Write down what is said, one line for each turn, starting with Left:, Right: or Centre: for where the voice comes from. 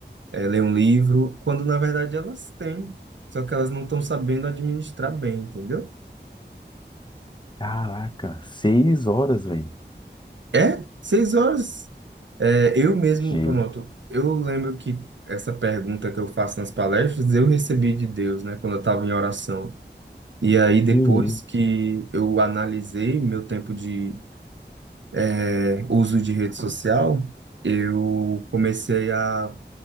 Right: ler um livro, quando na verdade elas têm, só que elas não estão sabendo administrar bem, entendeu?
Left: Caraca, seis horas, velho.
Right: É, seis horas. É, eu mesmo,
Left: Gente.
Right: pronto, eu lembro que essa pergunta que eu faço nas palestras, eu recebi de Deus, né, quando eu estava em oração. E aí, depois
Left: Uhum.
Right: que eu analisei meu tempo de é, uso de rede social, eu comecei a